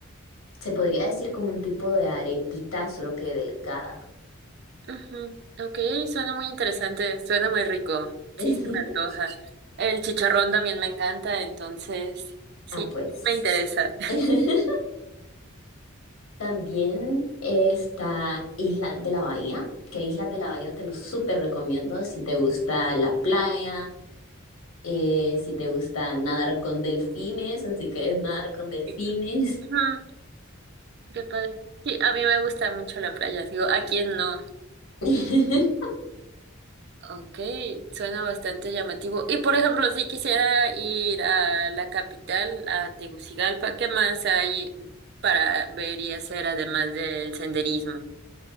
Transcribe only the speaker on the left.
se podría decir como un tipo de arepita, solo que delgada.
<laughs>
Ah, pues.
<laughs> También está Islas de la Bahía, que Islas de la Bahía te lo súper recomiendo si te gusta la playa, eh, si te gusta nadar con delfines o si quieres nadar con delfines.
<laughs>